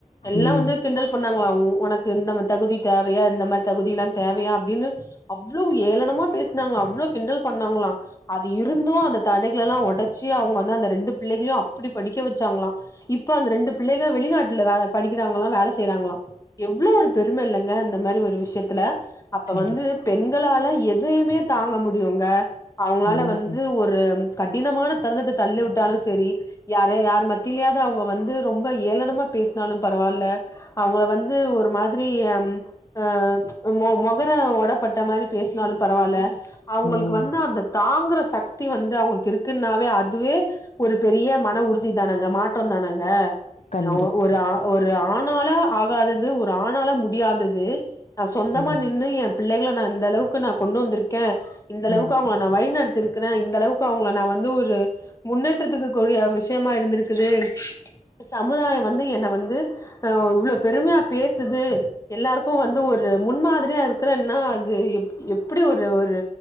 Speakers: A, on the left (about 25°); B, on the left (about 55°).
A: எல்லா
B: ம்
A: வந்து கிண்டல் பண்ணாங்ளா உனக்கு நம்ம தகுதி தேவையா இந்த மாதிரி தகுதி எல்லா தேவையா அப்டின்னு அவ்ளவு ஏளனமா பேசு னாங்களா அவ்ளோ கிண்டல் பண்ணாங்ளா அது இருந்து அந்த தடைக் ல்லாம் ஒடச்சி அவங்க வந்து அந்த ரெண்டு பிள்ளைகளையு அப்படி படிக்க வெச்சாங்களா இப்ப அந்த ரெண்டு பிள்ளைக வெளிநாட்டுல வே படிக்கிறாங்களா வேல செய்யறாங்களா எவ்வளோ ஒரு பெரும இல்லங்க இந்த மாரி ஒரு விஷயத்துல அப்ப
B: கண்டிப்பா
A: வந்து பெண்களால எதயுமே தாங்க முடியுங்க. அவுங்களால
B: ம்
A: வந்து ஒரு ம் கடினமான தருணத்த தள்ள விட்டாலு செரி யாரு யாரு மத்திலயாது அவுங்க வந் ந்து ரொம்ப ஏலனமா பேசுனாலு பரவால்ல அவுங்ள வந் மாதிரி எம் அ மொ-மொகர வோட தொட்ட மாரி பேஸ்னாலு பரவால அவுங்களுக்கு
B: ம்
A: வந்து அந்த தாங்குற சக்தி வந்து அவுங்களுக் இருக்குன்னாவே அது அதுவே ஒரு பெரிய மன உறுதி தானங்க மாற்றந்தானங்க அ
B: கண்டிப்பா
A: ஓ ஒரு ஆ ஒரு ஆனாள ஆ வாதது ஒரு ஆணால முடியாதது நா சொந்தமா
B: ம்
A: நின்னு எ பிள்ளைங்ள நா அந்த அளவுக்கு நா கொண்டு வந்துருக் கே இந்தளவுக்கு
B: ம்
A: அவுங்க நா வழிநடத்திருக் ருக்கிறே இந்த அளவுக்கு அவுங்ல நா வந்து ஒரு முன்னேற்றத்துக்கு கூரிய விஷ்யமா ஆ இருந்திருக்குது சமுதாயோ வந்து என்ன வந்து இவ்ளோ பெருமையா பேசுது எல்லாருக்கு வந்து ஒரு முன்மாதிரியா இருக்கறன்னா அது எப்டி ஒரு ஒரு